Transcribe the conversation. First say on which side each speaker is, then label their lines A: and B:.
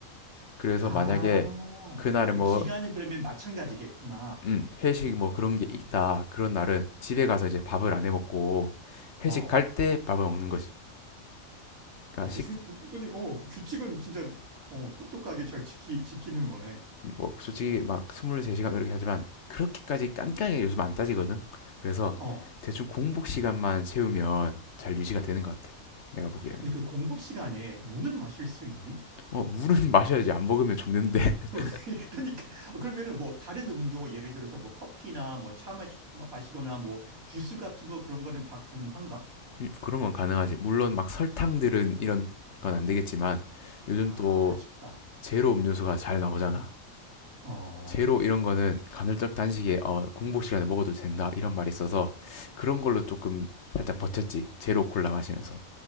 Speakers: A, on the left; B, on the right.
A: 그래서
B: 아,
A: 만약에 그날에
B: 그
A: 뭐,
B: 기간은 그러면 마찬가지겠구나.
A: 음, 회식 뭐 그런 게 있다. 그런 날은 집에 가서 이제 밥을 안 해 먹고 회식
B: 어.
A: 갈 때 밥을 먹는 거지. 그러니까
B: 어, 그
A: 식,
B: 생, 그, 그, 어, 그 규칙은 진짜, 어, 똑똑하게 잘 지키, 지키는 거네.
A: 뭐 솔직히 막 23시간 이렇게 하지만 그렇게까지 깐깐하게 요즘 안 따지거든. 그래서
B: 어.
A: 대충 공복 시간만 채우면 잘 유지가 되는 것 같아. 내가 보기에는.
B: 근데 그 공복 시간에 물은 마실 수 있니?
A: 어, 물은 <laughs> 마셔야지. 안 먹으면 죽는데. <laughs>
B: 그러- <laughs> 그러니까 그러면은 뭐 다른 음료 예를 들어서 뭐 커피나 뭐 차 마시, 거나뭐 주스 같은 거 그런 거는 다 가능한가?
A: 음, 그런 건 가능하지. 물론 막 설탕들은 이런 건 안 되겠지만 요즘
B: 아,
A: 또
B: 아쉽다.
A: 제로 음료수가 잘 나오잖아.
B: 어.
A: 제로 이런 거는 간헐적 단식에 어, 공복 시간에 먹어도 된다 이런 말이 있어서 그런 걸로 조금 살짝 버텼지. 제로 콜라 마시면서.